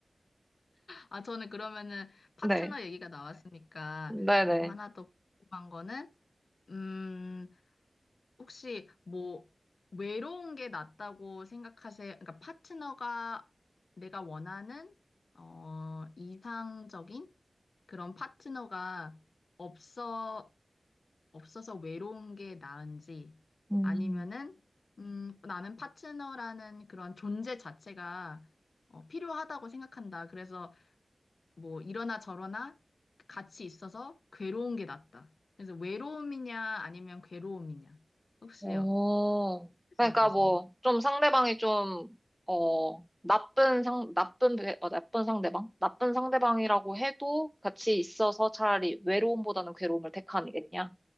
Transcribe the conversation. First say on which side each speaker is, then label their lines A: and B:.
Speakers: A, on the left; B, in the centre.
A: 아, 저는 그러면은 파트너
B: 네,
A: 얘기가 나왔으니까
B: 네네.
A: 뭐 하나 더 궁금한 거는, 음, 혹시 뭐 외로운 게 낫다고 생각하세요? 그러니까 파트너가 내가 원하는, 어, 이상적인 그런 파트너가 없어, 없어서 외로운 게 나은지,
B: 음.
A: 아니면은, 음, 나는 파트너라는 그런 존재 자체가 어, 필요하다고 생각한다. 그래서 뭐 이러나 저러나 같이 있어서 괴로운 게 낫다. 그래서 외로움이냐, 아니면 괴로움이냐. 혹시
B: 오,
A: 어떻게
B: 그러니까
A: 생각하세요?
B: 뭐, 좀 상대방이 좀, 어, 나쁜 상, 나쁜, 배- 어, 나쁜 상대방? 나쁜 상대방이라고 해도 같이 있어서 차라리 외로움보다는 괴로움을 택하겠냐?